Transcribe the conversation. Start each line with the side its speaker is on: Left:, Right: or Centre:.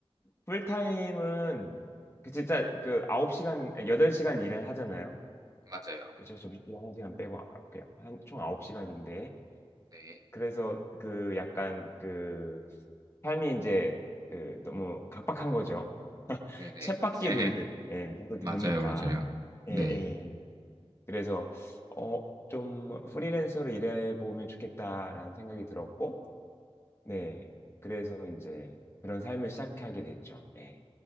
Left: 풀타임은, 그 진짜 그 9시간, 8시간 일을 하잖아요.
Right: 맞아요.
Left: 그죠? 점심시간 1시간 빼고, 아, 그 한, 총 9시간인데,
Right: 네,
Left: 그래서 그 약간 그 삶이 이제 그 너무 각박한 거죠. <laughs>
Right: 네네.
Left: 쳇바퀴
Right: <laughs>
Left: 돌듯 예, 계속
Right: 맞아요,
Left: 도니까
Right: 맞아요.
Left: 예,
Right: 네.
Left: 예. 그래서 어, 좀 프리랜서로 일해보면 좋겠다라는 생각이 들었고 네 그래서 이제 그런 삶을 시작하게 됐죠. 예,